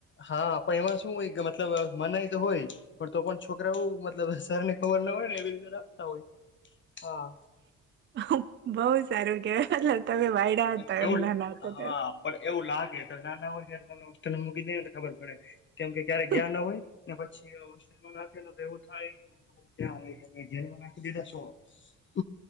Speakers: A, on the left (about 40°); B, on the right (about 40°).
A: હા પણ એમાં શું હોય કે મતલબ મનાઈ હોય. પણ તો પણ છોકરાવું મતલબ સરને ખબર ન હોય ને એવી રીતે રાખતા હોય. હા.
B: ને બઉુ સારું કેવાય તમે વાયડા
A: <unintelligible>
B: હતા
A: એવું
B: એમ
A: હન
B: નાના હતા
A: પણ એવું લાગ <unintelligible> નાના હોય ત્યાર તમને હોસ્ટેલે મૂકી દેન તો ખબર પડે. કેમ કે ક્યારે
B: ત્યારે
A: ગ્યા ન હોય ને પછી નાખેને તો એવું થાય કે ઓહો હો ક્યા આવી ગ્યા કઈ જેલમાં નાખી દીધા શું હવ.